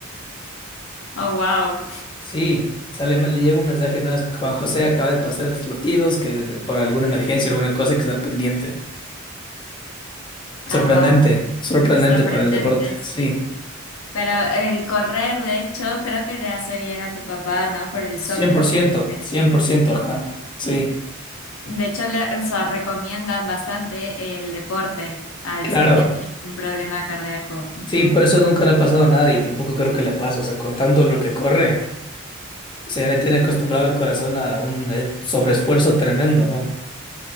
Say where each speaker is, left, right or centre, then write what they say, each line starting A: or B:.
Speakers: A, on the left; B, on the left.
A: Oh, wow,
B: Sí, sale, ma- le llega un mensaje, no, es que Juan José acaba de pasar estos latidos, que de- por alguna emergencia, alguna cosa hay que estar pendiente.
A: ah,
B: Sorprendente,
A: wow,
B: sorprendente
A: sorprendente,
B: para el deporte,
A: sí.
B: sí. cien
A: Pero el correr, de hecho, creo que le hace bien a tu papá, ¿no? Por el soplo
B: cien por ciento
A: que que-
B: cien por ciento
A: sí,
B: ajá, sí,
A: sí. De hecho, le, o sea, recomiendan bastante el deporte a los
B: claro.
A: que tienen un problema cardíaco. Ujú.
B: Sí, por eso nunca le ha pasado nada y tampoco creo que le pase, o sea, con tanto lo que corre, o se le tiene acostumbrado el corazón a un eh, sobreesfuerzo tremendo, ¿no?